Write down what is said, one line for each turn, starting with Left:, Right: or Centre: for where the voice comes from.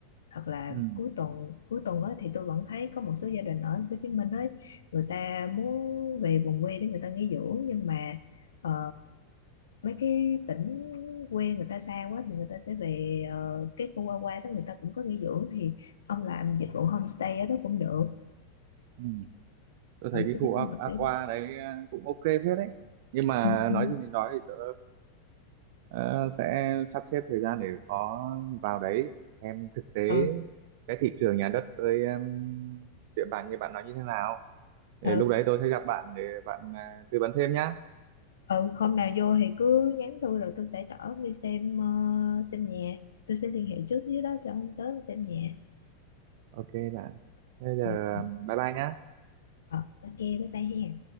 Left: hoặc là
Right: ừ
Left: cuối tuần cuối tuần á thì tôi vẫn thấy có một số gia đình ở thành phố Hồ Chí Minh ấy người ta muốn về vùng quê để người ta nghỉ dưỡng nhưng mà ờ, mấy cái tỉnh quê người ta xa quá thì người ta sẽ về ờ, cái khu qua qua đó người ta cũng có nghỉ dưỡng thì ông làm dịch vụ homestay ở đó cũng được
Right: ừ tôi thấy
Left: ừ,
Right: cái
Left: tôi
Right: khu
Left: thấy
Right: A-
Left: cũng hợp
Right: Aqua
Left: lý đó
Right: đấy ờ, cũng ok phết đấy nhưng mà
Left: ừ,
Right: nói
Left: ừ.
Right: gì thì nói thì tớ ờ, sẽ sắp xếp thời gian để có vào đấy em thực tế
Left: ừ,
Right: cái thị trường nhà đất với ừm, địa bàn như bạn nói như thế nào để
Left: ừ.
Right: lúc đấy tôi sẽ gặp bạn để bạn ờ, tư vấn thêm nhá
Left: ừ hôm nào vô thì cứ nhắn tôi rồi tôi sẽ chở ông đi xem ờ, xem nhà tôi sẽ liên hệ trước với đó cho ông tới ông xem nhà
Right: ok bạn bây giờ
Left: ừ.
Right: ờ,
Left: ừ.
Right: bye bye nhá
Left: Ờ, ok bye bye hen